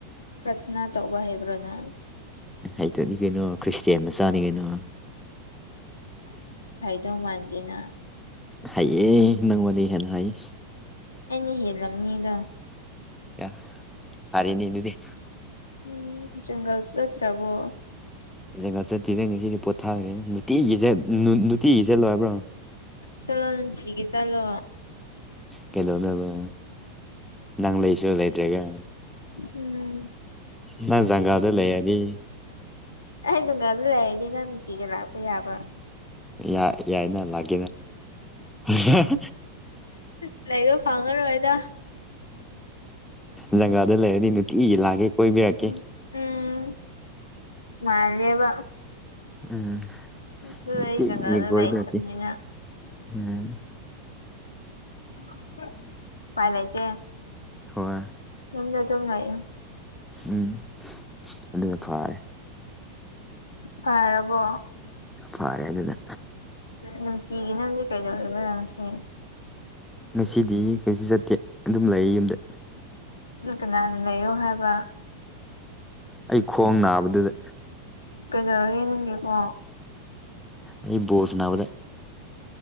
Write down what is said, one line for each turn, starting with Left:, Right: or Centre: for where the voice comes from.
Left: ꯄ꯭ꯔꯊꯅꯥ ꯇꯧꯕ ꯍꯩꯕ꯭ꯔꯣꯅ
Centre: ꯍꯩꯇꯅꯤ ꯀꯩꯅꯣ ꯈ꯭ꯔꯤꯁꯇꯌꯥ ꯃꯆꯥꯅꯤ ꯀꯩꯅꯣ
Left: ꯇꯧꯃꯥꯟꯇꯤꯅ
Centre: ꯍꯩꯌꯦ ꯅꯪ ꯋꯥꯔꯤ ꯍꯦꯟ ꯍꯩ
Left: ꯑꯩꯅ ꯍꯦꯜꯂꯝꯅꯤꯗ
Centre: ꯌꯥ ꯑꯔꯦꯅꯦ ꯗꯨꯗꯤ
Left: ꯎꯝ ꯖꯪꯒꯜ ꯆꯠꯇ꯭ꯔꯕꯣ
Centre: ꯖꯒꯥ ꯆꯠꯇ꯭ꯔꯤꯒꯩ ꯉꯁꯤꯗꯤ ꯄꯣꯠ ꯊꯥꯒ꯭ꯔꯦꯅꯦ ꯅꯨꯇꯤꯒꯤ ꯖꯠ ꯅꯨꯇꯤꯒꯤ ꯆꯠꯂꯣ ꯍꯥꯢꯕ꯭ꯔ
Left: ꯆꯠꯂꯣ ꯅꯨꯡꯇꯤꯒꯤ ꯆꯠꯂꯣ
Centre: ꯀꯩꯗꯧꯅꯕ ꯅꯪ ꯂꯩꯁꯨ ꯂꯩꯇ꯭ꯔꯒꯥ
Left: ꯎꯝ
Centre: ꯅ ꯖꯒꯥꯗꯣ ꯂꯩꯔꯅꯤ
Left: ꯑꯩ ꯖꯪꯒꯜ ꯂꯩꯔꯗꯤ ꯅꯪ ꯅꯨꯡꯇꯤꯒꯤ ꯂꯥꯛꯄ ꯌꯥꯕ꯭ꯔꯥ
Centre: ꯌꯥ ꯌꯥꯏꯅ ꯂꯥꯛ <unintelligible>
Left: ꯂꯩꯕ ꯐꯪꯉꯔꯣꯏꯗ
Centre: ꯂꯪꯒꯥꯗ ꯂꯩꯔꯗꯤ ꯅꯨꯇꯤꯒꯤ ꯂꯥꯛꯒꯦ ꯀꯣꯏꯕꯤꯔꯛꯀꯦ
Left: ꯎꯝ ꯎꯝ ꯃꯥꯜꯂꯦꯕ
Centre: ꯎꯝ
Left: ꯑꯗꯨ
Centre: ꯅꯨꯡꯇꯤꯒꯤ
Left: ꯑꯩ ꯖꯪꯒꯜꯗ
Centre: ꯀꯣꯏꯕꯤꯔꯛꯀꯦ
Left: ꯂꯩꯇꯕꯅꯤꯅ
Centre: ꯎꯝ
Left: <unintelligible> ꯄꯥꯏ ꯂꯩꯇꯦ
Centre: ꯍꯣꯏ
Left: ꯌꯨꯝꯗ ꯗꯨꯝ ꯂꯩꯌꯣ
Centre: ꯎꯝ ꯑꯗꯨꯅ ꯐꯔꯦ
Left: ꯐꯔꯕꯣ
Centre: ꯐꯔꯦ ꯑꯗꯨꯅ
Left: ꯅꯨꯡꯇꯤꯒꯤ ꯅꯪꯗꯤ ꯀꯩꯗꯧꯔꯒ ꯁꯦ
Centre: ꯉꯁꯤꯗꯤ ꯀꯩꯁꯨ ꯆꯠꯇꯦ ꯑꯗꯨꯝ ꯂꯩꯌꯦ ꯌꯨꯝꯗ
Left: ꯅꯪ ꯀꯅꯥꯅ ꯂꯩꯌꯣ ꯍꯥꯏꯕ
Centre: ꯑꯩ ꯈꯣꯡ ꯅꯥꯕꯗꯨꯗ
Left: ꯀꯩꯗꯧꯔꯒꯦ ꯅꯪꯒꯤꯀꯣ
Centre: ꯑꯩ ꯕꯣꯜ ꯁꯅꯥꯕꯗ